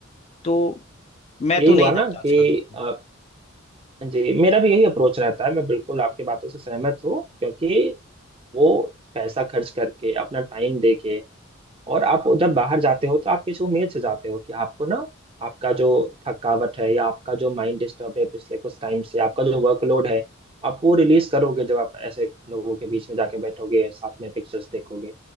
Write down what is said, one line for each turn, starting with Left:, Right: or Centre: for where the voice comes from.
Left: तो मैं
Right: यही
Left: तो नहीं
Right: हुआ ना
Left: जाता आजकल
Right: कि
Left: देखने।
Right: अ, जी मेरा भी यही अप्रोच रहता है मैं बिल्कुल आपकी बातों से सहमत हूँ क्योंकि वो पैसा खर्च करके अपना टाइम देके और आप जब बाहर जाते हो तो आप किसी उम्मीद से जाते हो कि आपको ना आपका जो थकावट है या आपका जो माइंड डिस्टर्ब है पिछले कुछ टाइम से आपका जो वर्कलोड है आप वो रिलीज करोगे जब आप ऐसे लोगों के बीच में जाके बैठोगे साथ में पिक्चर्स देखोगे